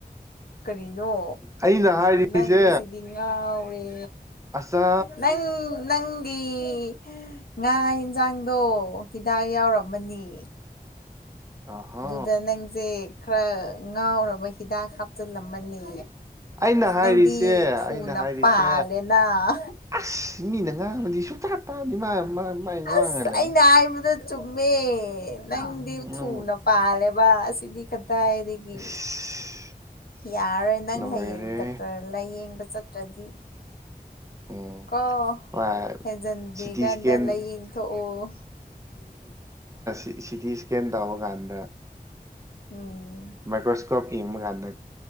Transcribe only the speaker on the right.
ꯑꯩꯅ ꯍꯥꯏꯔꯤꯁꯦ
ꯑꯆꯥ
ꯑꯍꯣ
ꯑꯩꯅ ꯍꯥꯏꯔꯤꯁꯦ
ꯑꯩꯅ ꯍꯥꯏꯔꯤꯁꯦ
ꯑꯁ ꯃꯤꯅ ꯉꯥꯡꯕꯗꯤ ꯁꯨꯛꯇꯥ ꯇꯥꯗꯤ ꯃꯥ ꯃꯥꯏ ꯉꯥꯡꯉ
ꯂꯩ
ꯎꯝ
ꯅꯪ
ꯏꯁ
ꯂꯣꯏꯔꯦ
ꯎꯝ
ꯍꯣꯏ
ꯁꯤꯇꯤ
scan
E C T scan ꯇꯧꯕ ꯀꯥꯟꯗ
ꯃꯥꯏꯀ꯭ꯔꯣꯁ ꯏꯁꯀꯞ ꯌꯦꯡꯕ ꯀꯥꯟꯗ